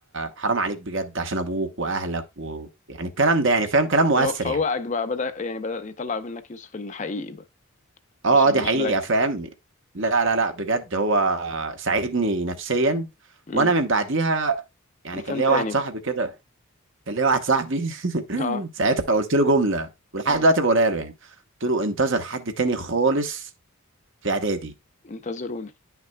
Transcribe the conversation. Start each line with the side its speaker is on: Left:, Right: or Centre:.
Right: حرام عليك بجد عشان ابوك واهلك ويعني الكلام ده يعني فاهم كلام مؤثر
Left: هو فوقك
Right: يعني
Left: بقى بدأ يعني بدأ يطلع منك يوسف الحقيقي بقى
Right: اه
Left: مش اللي
Right: اه دي
Left: مش
Right: حقيقه
Left: مركز
Right: فاهم لا لا لا بجد هو ساعدني نفسيا
Left: امم
Right: وانا من بعديها يعني
Left: انسان
Right: كان ليا
Left: تاني
Right: واحد صاحبي
Left: بقى
Right: كده كان ليا واحد صاحبي <laughs>
Left: اه
Right: ساعتها قلت له جمله ولحد
Left: اي
Right: دلوقتي بقولها له يعني قلت له انتظر حد تاني خالص في اعدادي
Left: انتظروني